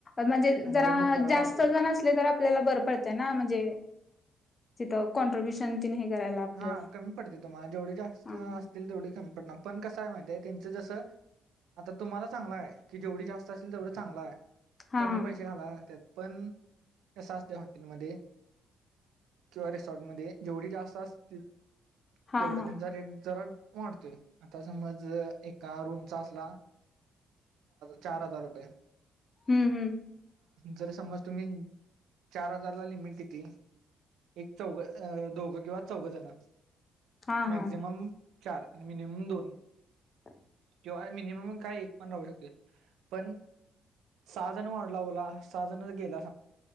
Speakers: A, on the left; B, on the right.
A: म्हणजे
B: आणि
A: जरा
B: ते बुक करायला
A: जास्त
B: होतो
A: जण असले तर आपल्याला बरं पडतय ना म्हणजे तिथ कॉन्ट्रीब्युशन तिन हे करायला आपलं
B: हा कमी पडते तुम्हाला जेवढी जास्त
A: हा
B: असतील तेवढी कमी पडणार पण कसय माहितीय त्यांचं जसं आता तुम्हाला चांगलं आहे की जेवढी जास्त असेल तेवढं चांगलं आहे
A: हा
B: कमी
A: हा हा
B: पैसे घालाय लागतात पण कस असतय हॉटेलमध्ये किंवा रिसॉर्टमध्ये जेवढी जास्त असतील
A: हा
B: तेवढा
A: हा
B: त्यांचा रेट जरा वाढतोय आता समज एका रूमचा असला चार हजार रुपये
A: हम्म हम्म
B: जर समज तुम्ही चार हजारला लिमिट किती एक चौघं अ दोघं किंवा चौघ जण
A: हा
B: मॅक्झिमम
A: हा
B: चार आणि मिनिमम दोन
A: ह
B: किंवा मिनिमम काय एक पण राहू शकते पण सहाजण वाढला ओला सहाजण गेला